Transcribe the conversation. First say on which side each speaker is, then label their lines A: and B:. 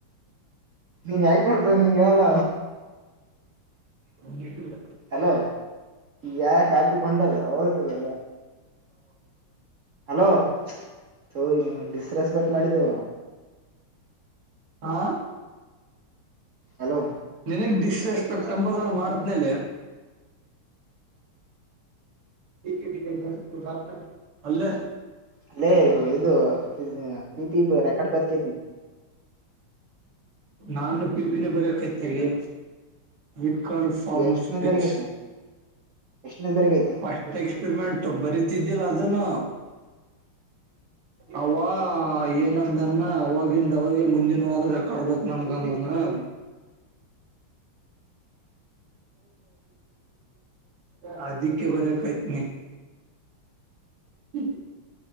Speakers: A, on the right (about 45°); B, on the right (about 90°).
A: ನೀನ್ ಯಾಗ್ ಮಾಡ್ತಾರ ನಿನ್ಗೆ ಯಲ್ಲ
B: ಒಂದ
A: ಹಲೋ ಯಾ ಟಾಪಿಕ್ ಹೊಂಟದ ಅವದ ಹಲೋ ತ ಸ್ರಸ್ ಬ ಮಾಡಿದ
B: ಹಾ
A: ಹಲೋ
B: ನಿನಗ್ ಡಶ್ ಎಸ್ಪೆಕ್ಂಬದನ ಮಾಡತ್ನೇಲೆ ೆಾ <inaudible> ಕ್ಟ ಹಲ್ಲ
A: ಅಲ್ಲೇ ಇದು ಪಿ ಪಿ ರೆಕಾರ್ಡ್ ಬರ್ತಿದೀನಿ
B: ನಾನು ಪಿಪಿನ ಬರಕೈತ್ ಹೇಳಿ ವಿಕಲ್ ಫಾರ್ಮಾಸ್ಯುಟಕ್ಸ್
A: ಎಷ್ಟನೇ ತಾರೀಕೈತೆ ಎಷ್ಟನೇದವರೆಗೈತಿ
B: ಅಷ್ಟಟ್ ಎಕ್ಸ್ಪಿರಿಮೆಂಟ್ ಬರಿತಿದ್ದಿಲ್ಲ ಅದನ್ನು ಹವಾ ಹ ಏನಂದನ್ನ ಅವವಾಗಿಂದ ಅವಾಗ ಮುಂದಿನವಾಗ ಕಡ್ಬೇತ್ ನನ್ಗಂದನ ಹ ಹಧಿಕ್ಯ ಬರ ಕತನ ಹ್ಮ